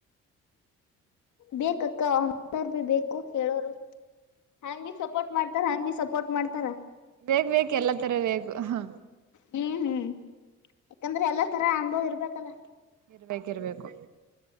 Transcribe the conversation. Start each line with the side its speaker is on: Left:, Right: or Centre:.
Left: ಬೇಕಕ್ಕ ಅಸರ್ ಬೇಕು ಹೇಳೋರು ಹಾಂಗ ಸಪೋರ್ಟ್ ಮಾಡ್ತಾರ ಹಾಂಗ ಭ ಸಪೋರ್ಟ್ ಮಾಡ್ತಾರ
Right: ಬೇಗ್ ಬೇೇಕ ಎಲ್ಲಾ ತರ ಬೇಗು ಹ
Left: ಹ್ಮ್ ಹ್ಮ್ ಯಾಕಂದ್ರೆ ಎಲ್ಲ ತರ ಅನುಭವ ಇರ್ಬೇಕಲ್ಲ
Right: ಇರ್ಬೇಕ ಇರ್ಬೇಕು